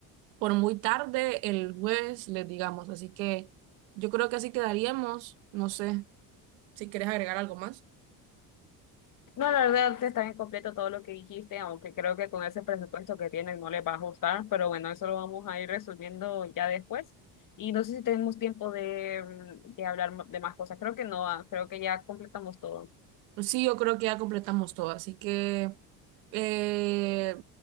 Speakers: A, on the right (about 90°); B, on the left (about 45°).
A: por muy tarde el jueves les digamos. Así que yo creo que así quedaríamos. No sé si quieres agregar algo más.
B: No, la verdad está bien completo todo lo que dijiste, aunque creo que con ese presupuesto que tienen no les va a ajustar, pero bueno, eso lo vamos a ir resolviendo ya después. Y no sé si tenemos tiempo de, mm, de hablar m- de más cosas. Creo que no, ah, creo que ya completamos todo.
A: Sí, yo creo que ya completamos todo. Así que eh,